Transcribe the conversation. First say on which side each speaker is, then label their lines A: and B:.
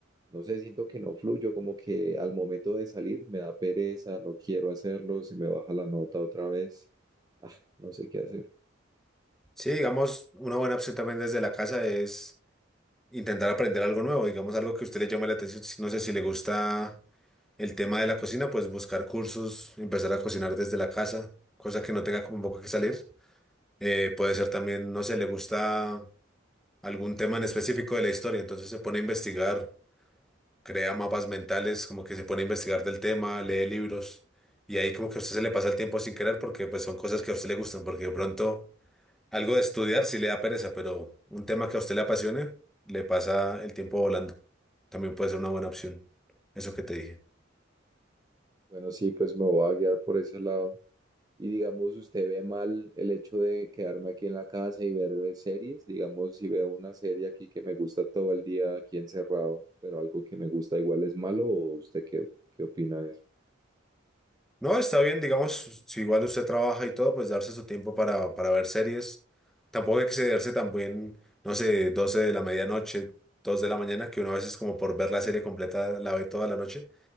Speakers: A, on the right; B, in the centre.
A: No sé, siento que no fluyo, como que al momento de salir me da pereza, no quiero hacerlo, se me baja la nota otra vez. Ah, no sé qué hacer.
B: Sí, digamos, una buena opción también desde la casa es intentar aprender algo nuevo, digamos algo que a usted le llame la atención. No sé si le gusta El tema de la cocina, pues buscar cursos, empezar a cocinar desde la casa, cosa que no tenga como un poco que salir. Eh, puede ser también, no sé, le gusta algún tema en específico de la historia, entonces se pone a investigar, crea mapas mentales, como que se pone a investigar del tema, lee libros, y ahí como que a usted se le pasa el tiempo sin querer porque pues son cosas que a usted le gustan, porque de pronto algo de estudiar sí le da pereza, pero un tema que a usted le apasione, le pasa el tiempo volando. También puede ser una buena opción, eso que te dije.
A: Bueno, sí, pues me voy a guiar por ese lado. Y digamos, ¿usted ve mal el hecho de quedarme aquí en la casa y ver eh, series? Digamos, si veo una serie aquí que me gusta todo el día aquí encerrado, pero algo que me gusta igual es malo, ¿o usted qué, qué opina de eso?
B: No, está bien, digamos, si igual usted trabaja y todo, pues darse su tiempo para, para ver series. Tampoco excederse también, no sé, 12 de la medianoche, 2 de la mañana, que uno a veces como por ver la serie completa la ve toda la noche,